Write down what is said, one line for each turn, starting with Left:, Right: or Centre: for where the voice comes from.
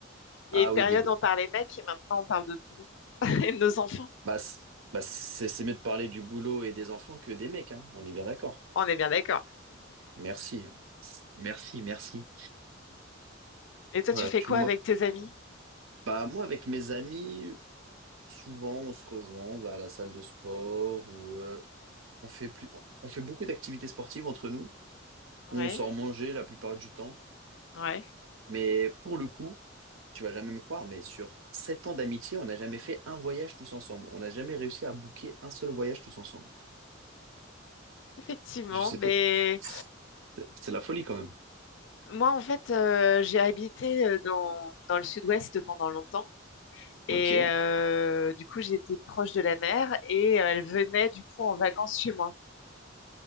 Left: Il
Right: Ah
Left: y a une période,
Right: oui, des...
Left: on parlait mecs et maintenant, on parle de boulot <laughs> et de nos enfants.
Right: Bah, c'est bah, c'est- c'est mieux de parler du boulot et des enfants que des mecs, hein. On est bien d'accord.
Left: On est bien d'accord.
Right: Merci. Merci, merci.
Left: Et toi,
Right: Voilà,
Left: tu fais
Right: tout
Left: quoi
Right: moi.
Left: avec tes amis?
Right: Bah, moi, avec mes amis, souvent, on se rejoint, on va à la salle de sport ou euh, on fait plus... on fait beaucoup d'activités sportives entre nous,
Left: Ouais,
Right: où on sort manger la plupart du temps.
Left: ouais.
Right: Mais pour le coup, tu vas jamais me croire, mais sur sept ans d'amitié, on n'a jamais fait un voyage tous ensemble. On n'a jamais réussi à booker un seul voyage tous ensemble.
Left: Effectivement,
Right: Je sais
Left: mais
Right: pas. C'est c'est la folie quand même.
Left: moi en fait euh, j'ai habité euh, dans, dans le sud-ouest pendant longtemps
Right: Ok.
Left: et euh, du coup j'étais proche de la mer et euh, elles venaient du coup en vacances chez moi.